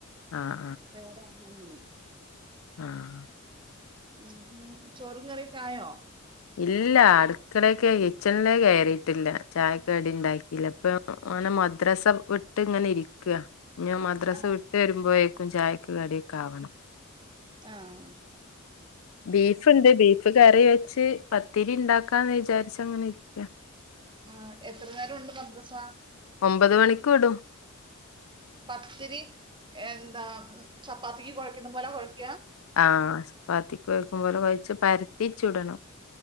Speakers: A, on the left (about 70°); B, on the right (about 20°).
A: ആഹ്
B: വേറെഒന്നും
A: ആഹ
B: ഉം ഉ ചോറും കറിയൊക്കെ ആയോ
A: ഇല്ല അടുളേക്കെ കിച്ചണിലേ കയറിയിട്ടില്ല ചായക്കെടി ഉണ്ടാക്കില്ല ഇപ്പൊ ഓനെ മദ്രസ വിട്ട് ഇങ്ങനെ ഇരിക്കാ ഞ മദ്രാസ്
B: ആ
A: വിട്ട് വരുമ്പോഴ ചായക്ക് കടിയക്കാവണം
B: ആഹ
A: ബീഫ്ണ്ട് ബീഫ് കറി ച്ച് പത്തിരി ഉണ്ടാക്കാന്ന് വിചാരിച്ച അങ്ങനെ ഇരിക്ക
B: ആ എത്ര നേരംണ്ട് മദ്രസ
A: ഒമ്പത് മണിക്ക് വിടും
B: പത്തിരി എന്താ ചപ്പാത്തിക്ക് കൊഴക്കുന്ന പോലെ കൊഴ -
A: ആഹ ചപ്പാത്തിക്ക കൊഴക്കുമ്പോലെ കൊ ഴച്ച് പരത്തിച്ചുടണം